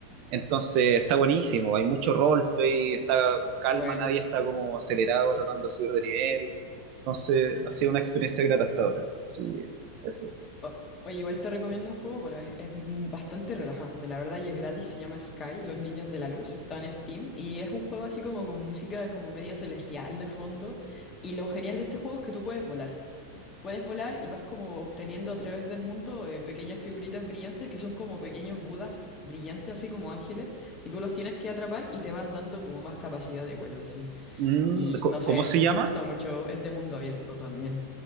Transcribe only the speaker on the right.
Entonces está buenísimo, hay mucho roleplay, está con calma,
nadie está como acelerado tratando de subir de nivel. Entonces ha sido una experiencia grata hasta ahora. Así que eso.
Mm,
co-
¿cómo se
llama?